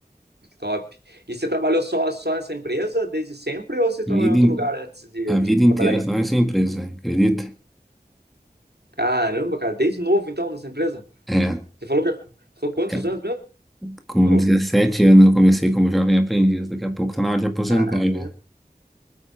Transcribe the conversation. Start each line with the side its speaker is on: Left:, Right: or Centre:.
Right: que top. E você trabalhou só, só nessa empresa desde sempre ou você
Centre: Vida
Right: trabalhou em outro
Centre: in-
Right: lugar antes de,
Centre: a
Right: de
Centre: vida inteira
Right: trabalhar aí?
Centre: só nessa empresa, acredita?
Right: Caramba, cara, desde novo então nessa empresa?
Centre: É,
Right: Você falou que falou quantos
Centre: ca-
Right: anos mesmo?
Centre: com 17 anos eu comecei como jovem aprendiz, daqui a pouco tá na hora de aposentar
Right: Caramba.
Centre: já.